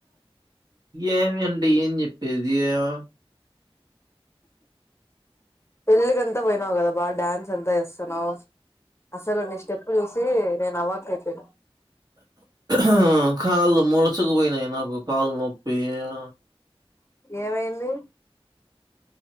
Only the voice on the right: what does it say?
ఏమి అంటే ఏం చెప్పేది గా
అ కాళ్ళు ముడుచుకుపొయినాయి నాకు కాళ్లు నొప్పి యా